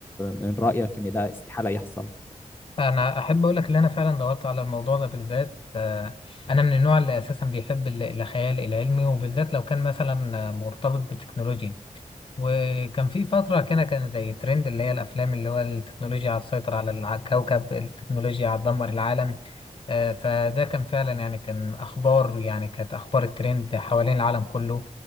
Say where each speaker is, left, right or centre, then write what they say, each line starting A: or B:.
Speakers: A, on the left (about 15°); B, on the left (about 40°).
A: من رايك ان ده استحاله يحصل
B: انا احب اقول لك ان انا فعلا دورت على الموضوع ده بالذات آه، انا من النوع اللي اساسا بيحب ال- الخيال العلمي وبالذات لو كان مثلا آه، مرتبط بالتكنولوجيا وكان في فتره كده كان زي ترند اللي هي الافلام اللي هو التكنولوجيا هتسيطر على ال- على الكوكب التكنولوجيا هتدمر العالم آه، فده كان فعلا يعني كان اخبار يعني كانت اخبار الترند حوالين العالم كله